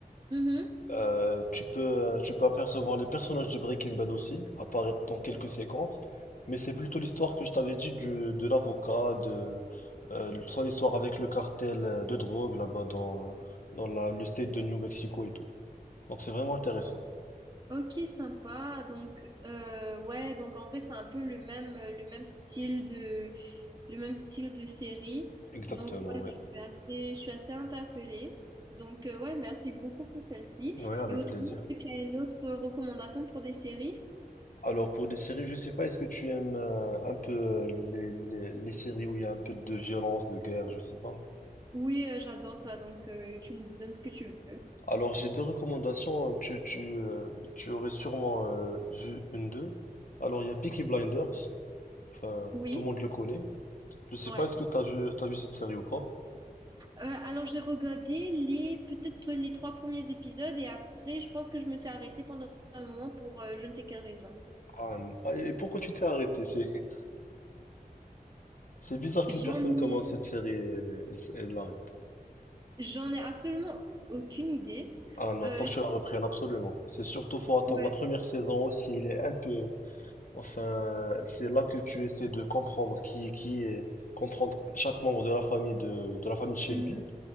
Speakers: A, on the right (about 25°); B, on the left (about 60°).
A: Mhm.
B: Euh, tu peux, euh, tu peux apercevoir les personnages de Breaking Bad aussi, apparaître dans quelques séquences, mais c'est plutôt l'histoire que je t'avais dit du- de l'avocat, de euh, son histoire avec le cartel euh, de drogue là-bas dans, euh, dans la- le state de New Mexico et tout. Donc c'est vraiment intéressant.
A: Ok, sympa. Donc, euh, ouais, donc en vrai, c'est un peu le même, le même style de, le même style de série.
B: Exactement,
A: Donc, ouais,
B: ouais.
A: je suis assez, je suis assez interpellée. Donc, euh, ouais, merci beaucoup pour celle-ci.
B: Ouais, avec
A: Et autrement,
B: plaisir.
A: est-ce que tu as une autre recommandation pour des séries?
B: Alors pour des séries, je sais pas, est-ce que tu aimes euh, un peu euh, les, les les séries où il y a un peu de violence, de guerre, je sais pas.
A: Oui, euh, j'adore ça. Donc, euh, tu me donnes ce que tu veux.
B: Alors, j'ai deux recommandations. hein. Tu, tu, euh, tu aurais sûrement euh, vu une d'eux. Alors, il y a Peaky Blinders. Enfin,
A: Oui,
B: tout le monde le connaît. Je sais
A: ouais.
B: pas, est-ce que tu vu, t'as vu cette série ou pas?
A: Euh, alors, j'ai regardé les, peut-être les trois premiers épisodes et après, je pense que je me suis arrêtée pendant un moment pour euh, je ne sais quelle raison.
B: Ah, n- ah, et pourquoi tu t'es arrêté? C'est, <laughs> c'est bizarre qu'une
A: J'en
B: personne
A: ai,
B: commence cette série et elle, s- elle l'arrête.
A: J'en ai absolument aucune idée.
B: Ah non,
A: Euh,
B: faut que
A: je-
B: tu la reprennes absolument. C'est surtout, faut attendre
A: Ouais.
B: la première saison aussi. Il est un peu. Enfin, c'est là que tu essaies de comprendre qui est qui et comprendre chaque membre de la famille de, de la famille de Shelby.
A: Mhm.